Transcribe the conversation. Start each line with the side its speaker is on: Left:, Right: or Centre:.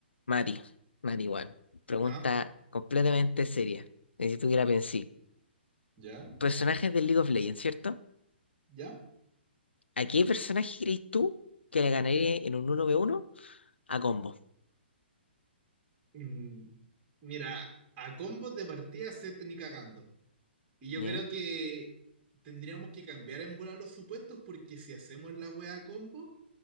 Left: Mati, Mati Juan, pregunta
Right: Ah,
Left: completamente seria. Necesito que la pensé.
Right: ya,
Left: Personajes del League of Legends, ¿cierto?
Right: ya.
Left: ¿A qué personaje crees tú que le ganaría en un uno v uno a combo?
Right: Mm, mira, a combos de partida se te ni cagando. Y yo
Left: ¿Ya?
Right: creo que tendríamos que cambiar en bola los supuestos porque si hacemos la wea a combo,